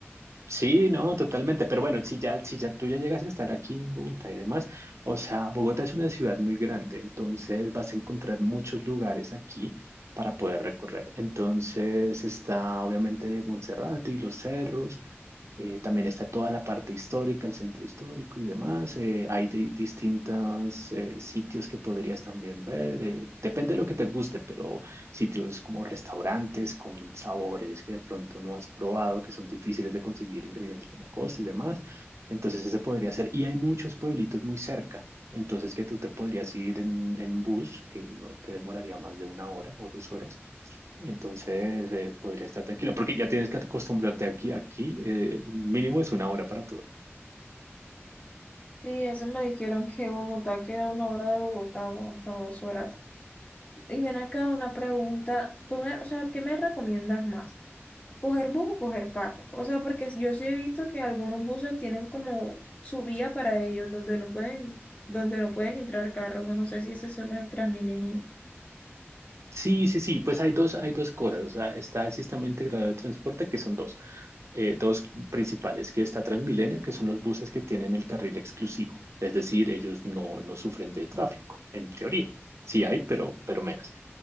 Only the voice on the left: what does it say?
Y eso me dijeron que Bogotá queda una hora de Bogotá o hasta dos horas. Y ven acá una pregunta. Tú me- o sea, ¿qué me recomiendas más? ¿Coger bus o coger carro? O sea, porque yo sí he visto que algunos buses tienen como su vía para ellos, donde no pueden, donde no pueden entrar carros. o No sé si esos son los del Transmilenio.